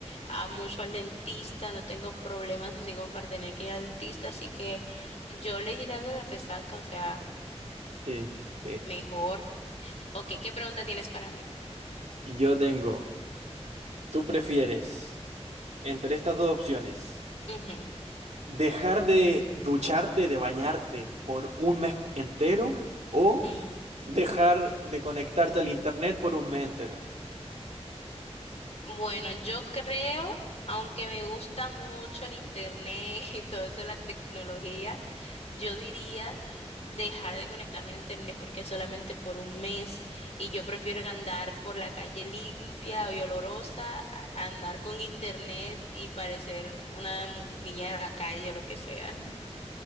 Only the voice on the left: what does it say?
a mucho al dentista, no tengo problemas así como para tener que ir al dentista, así que yo elegiría la de la resaca, o sea,
mejor. Ok, ¿qué pregunta tienes para mí?
Ujú,
mm.
Bueno, yo creo, aunque me gusta mucho el internet <laughs> y todo eso, la tecnología, yo diría dejar de conectarme al internet porque solamente por un mes y yo prefiero andar por la calle limpia y olorosa a a andar con internet y parecer una mu- niña de la calle o lo que sea.